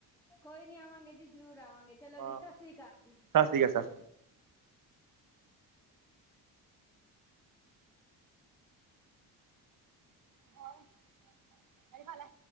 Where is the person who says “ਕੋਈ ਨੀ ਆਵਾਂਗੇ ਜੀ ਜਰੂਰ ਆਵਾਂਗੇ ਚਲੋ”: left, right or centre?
Centre